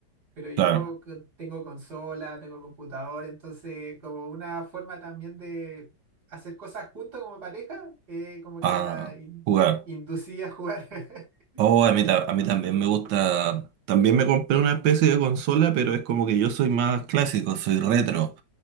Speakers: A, on the right (about 55°); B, on the right (about 70°).
A: Pero yo
B: claro.
A: co- tengo consola, tengo computador, entonces como una forma también de hacer cosas juntos como pareja, eh, como
B: Ah,
A: que la in-
B: jugar.
A: inducí a jugar. <laughs>
B: Oh, a mí, ta- a mí también me gusta. También me compré una especie de consola, pero es como que yo soy más clásico, soy retro.